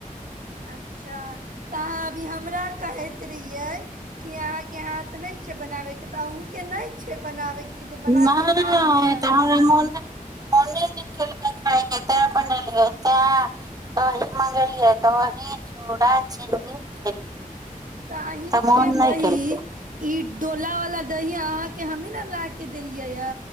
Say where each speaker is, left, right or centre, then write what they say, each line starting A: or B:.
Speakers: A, on the right; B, on the right.
A: अच्छा अच्छा तऽ अहाँ अभी हमरा कहैत ै कि अहा के हाथ नहि छै बनाबे के तऽ अहुूँ के नहि छै बनाबे के
B: नहि
A: खा लिअ
B: तह मोन मोनी नहि खेलकै खायके तें बनेलियै ते दही मंगेलियै दही चूड़ा चीनी खेलियै
A: तऽ अही
B: मोन
A: के दही
B: नहि केलकै
A: ई डोला वलाा दही अहाँ के हमही ने ला के देलिय ह